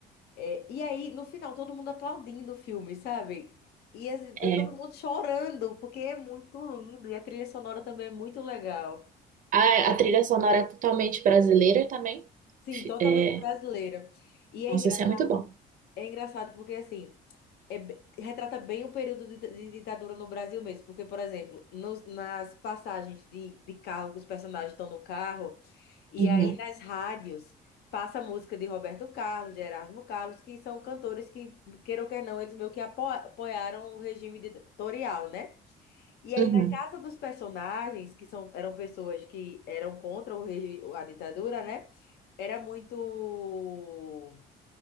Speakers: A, on the left; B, on the right.
A: É, e aí no final todo mundo aplaudindo o filme, sabe? E assim, tá
B: é.
A: todo mundo chorando, porque é muito lindo e a trilha sonora também é muito legal.
B: A, a trilha sonora é totalmente brasileira também.
A: Sim,
B: Fi-
A: totalmente
B: É,
A: brasileira. E é
B: nossa,
A: engraçado.
B: isso é muito bom.
A: É engraçado porque, assim, é be- retrata bem o período de, de ditadura no Brasil mesmo. Porque, por exemplo, nos- nas passagens de, de carro, que os personagens estão no carro, e
B: Uhum,
A: aí nas rádios passa a música de Roberto Carlos, de Erasmo Carlos, que são cantores que, queira ou quer não, eles meio que apo- apoiaram o regime ditatorial, né? E aí,
B: uhum.
A: na casa dos personagens, que são, eram pessoas que eram contra o regi- a ditadura, né? Era muito.